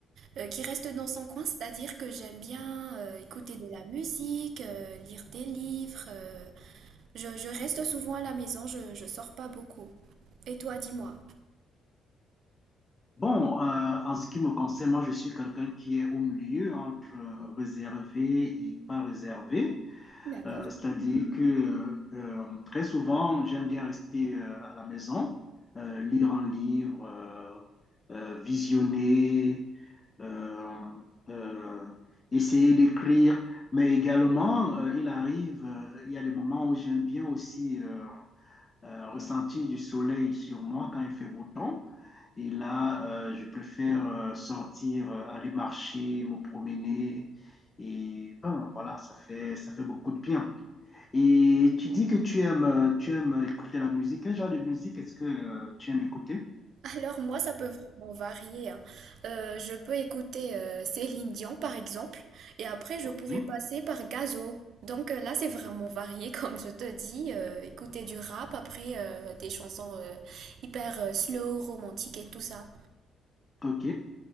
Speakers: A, on the right; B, on the left.
A: euh, qui reste dans son coin, c'est-à-dire que j'aime bien euh, écouter de la musique, euh, lire des livres. euh, je, je reste souvent à la maison, je, je sors pas beaucoup. Et toi, dis-moi.
B: Bon, euh, en ce qui me concerne, moi, je suis quelqu'un qui est au milieu entre euh, réservé et pas réservé.
A: D'accord.
B: Euh, c'est-à-dire que euh, très souvent, j'aime bien rester euh, à la maison, euh, lire un livre, euh, euh, visionner, euh, euh, essayer d'écrire. Mais également, euh, il arrive, euh, il y a des moments où j'aime bien aussi euh, euh, ressentir du soleil sur moi quand il fait beau temps. Et là, euh, je préfère euh, sortir, euh, aller marcher, me promener. Et ben, voilà, ça fait, ça fait beaucoup de bien. Et tu dis que tu aimes, euh, tu aimes écouter de la musique. Quel genre de musique est-ce que euh, tu aimes écouter?
A: Alors moi, ça peut vraiment varier. hein. Euh, je peux écouter euh, Céline Dion, par exemple, et après, je
B: Ok,
A: pourrais passer par Gazo. Donc euh, là, c'est vraiment varié, <laughs> comme je te dis. euh, écouter du rap, après euh, des chansons euh, hyper euh, slow, romantiques et tout ça.
B: ok.